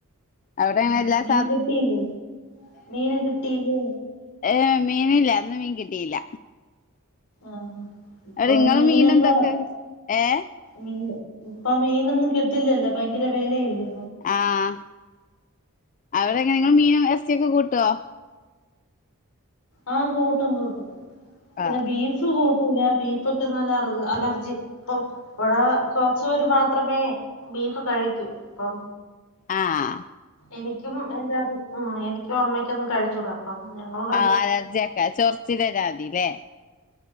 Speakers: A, on the left; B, on the left.
A: അവിടെ
B: ആഹ്
A: അങ്ങനെ എല്ലാ
B: മീൻ
A: സാധ
B: കിട്ടീലേ മീന് കിട്ടീല്ലേ
A: ഏഹ് മീനില്ല ഇന്ന് മീൻ കിട്ടീല്ല
B: ആഹ് ഇപ്പം
A: അവിടെ ഇങ്ങള്
B: മീനൊക്കെ
A: മീൻ എന്തൊക്കെ ഏ
B: മീൻ ഇപ്പ മീനൊന്നും കിട്ടില്ലല്ലോ ഭയ്ങ്കര വെലയെല്ലേ
A: ആഹ് അവിടെ എങ്ങനെ ഇങ്ങൾ മീനും ഇറച്ചിയൊക്കെ കൂട്ടോ
B: ആഹ് കൂട്ടും കൂട്ടും പിന്നെ
A: ആഹ്
B: ബീഫ് കൂട്ടൂലാ ബീഫ് ഇൻക്ക് നല്ല അർ അലർ ജി ഇപ്പം ഇവടെ കൊറച്ച് പേര് മാത്രമേ ബീഫ് കഴിക്കൂ അപ്പം
A: ആഹ്
B: എനിക്കും എന്റെ ഉം എനിക്കും അമ്മയ്ക്കൊന്നും കഴിച്ചൂടാ അപ്പം ഞങ്ങളൊ
A: ആഹ് അലർജി ഒക്കെ ചൊറ്ച്ചില് വരാതിലേ